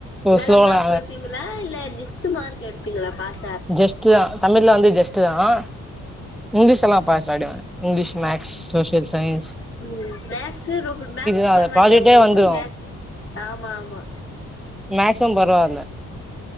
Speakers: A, in the centre; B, on the left.
A: ஓ
B: நல்லா
A: ஸ்லோலா
B: மார்க் எடுப்பீங்களா இல்ல டிஸ் <unintelligible> மார்க் எடுப்பிங்களா பாஸ்
A: ஜெஸ்ட் தான் தமிழ்ல வந்து ஜெஸ்ட் தான் இங்கிலீஷ் எல்லாம் பாஸ் ஆய்டுவே இங்கிலிஷ் மேக்ஸ் சோஷியல் சைன்ஸ்
B: உம் மேக்ஸ் ரொம்ப மேக்ஸ்
A: தா
B: பரவால்லயா
A: அது ப்ராஜெக்டே
B: உங்களுக்கு
A: வந்துரு
B: மேக்ஸ் ஆமா ஆமா
A: மேக்ஸ்ம் பரவால்ல